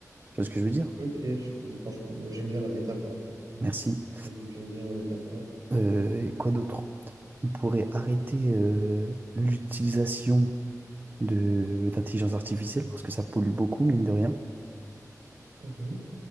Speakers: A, on the right; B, on the right.
A: Tu vois ce que je veux dire?
B: Ok, je comprends. je comprends. J'aime bien la métaphore.
A: Merci.
B: J'aime, j'aime bien la métaphore.
A: Euh, et quoi d'autre? On pourrait arrêter euh, l'utilisation de d'intelligence artificielle parce que ça pollue beaucoup, mine de rien.
B: Mhm.